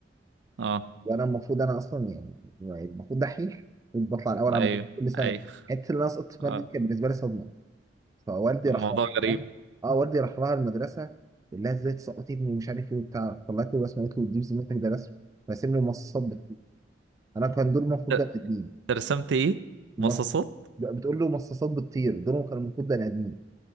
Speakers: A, on the right (about 80°); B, on the right (about 20°).
A: اه
B: وانا المفروض انا اصلا يعني يعني المفروض دحيح كنت بطلع الاول
A: ايوه
B: على مدرسه كل سنه
A: ايوه
B: حته اللي انا سقطت في
A: اه
B: ماده دي كانت بالنسبه لي صدمه فوالدي
A: الموضوع
B: راح
A: غريب
B: اه والدي راح لها المدرسه قال لها ازاي تسقطي ابني ومش عارف ايه وبتاع طلعت له رسمه قالت له دي بذمتك ده رسم راسم لي مصاصات بتطير انا كان دول المفروض
A: ت-
B: بني ادمين
A: ترسمت ايه
B: مص-
A: مصاصات
B: بتقول له مصاصات بتطير دول كانوا المفروض بني ادمين